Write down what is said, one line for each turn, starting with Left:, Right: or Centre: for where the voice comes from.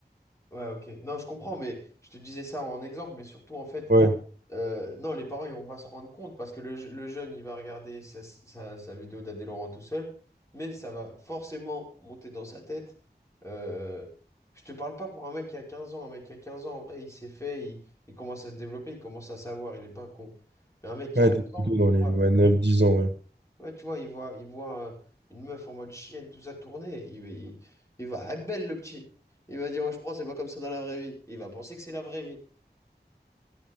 Left: Ouais, ok. Non, je comprends, mais je te disais ça en exemple, mais surtout en fait,
Right: Ouais,
Left: euh, non, les parents ils vont pas se rendre compte parce que le, je- le jeune il va regarder sa, sa, sa vidéo d'Adé Laurent tout seul, mais ça va forcément monter dans sa tête. Euh, je te parle pas pour un mec qui a 15 ans, un mec qui a 15 ans en vrai il s'est fait, il, il commence à se développer, il commence à savoir, il est pas con. Mais un mec qui
Right: ouais,
Left: a 11
Right: t'es
Left: ans,
Right: plutôt dans
Left: il voit.
Right: les ouais, 9-10 ans. Ouais.
Left: Ouais, tu vois, il voit, il voit euh, une meuf en mode chienne, tout ça tourner. Il, il, il va, ah, belle le petit. Il va dire, ouais, je pense, c'est pas comme ça dans la vraie vie. Et il va penser que c'est la vraie vie.